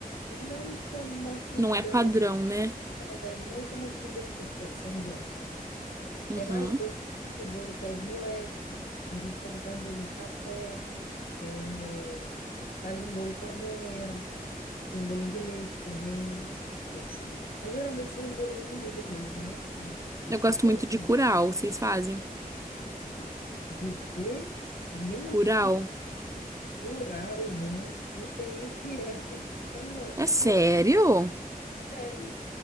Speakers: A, on the left (about 85°); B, on the right (about 20°).
A: não como uma comida,
B: Não é padrão, né?
A: é, não como uma comida típica de São João, sabe?
B: Uhum.
A: É mais bolo de milho, bolo pé de moleque. A gente faz até um bolinho de café. é, faz um bolo pamonha. Tem bolinho de leite também, pode ser. Mas geralmente são os bolinhos de milho mesmo, né? Que, que
B: Eu
A: superam.
B: gosto muito de curau. Vocês fazem?
A: De o quê? Nem
B: Curau?
A: eu, nunca rural, não. Não sei nem o que é. <laughs> Como é?
B: É
A: O
B: sério?
A: que é? Sério.